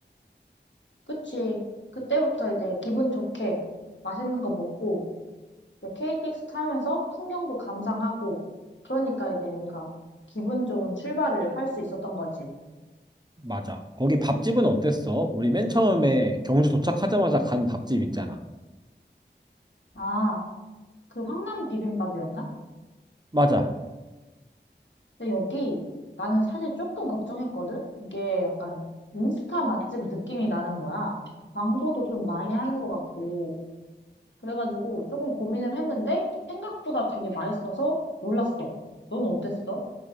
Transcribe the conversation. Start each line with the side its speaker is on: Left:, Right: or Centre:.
Left: 그치? 그때부터 이제 기분 좋게 맛있는 거 먹고 이제 KTX 타면서 풍경도 감상하고, 그러니까 이제 우리가 기분 좋은 출발을 할 수 있었던 거지.
Right: 맞아. 거기 밥집은 어땠어? 우리 맨 처음에 경주 도착하자마자 간 밥집 있잖아.
Left: 아, 그 황남 비빔밥이었나?
Right: 맞아.
Left: 근데 여기 나는 사실 조금 걱정했거든? 이게 약간 인스타 맛집 느낌이 나는 거야. 광고도 좀 많이 하는 것 같고. 그래가지고 조금 고민을 했는데 생각보다 되게 맛있어서 놀랐어. 넌 어땠어?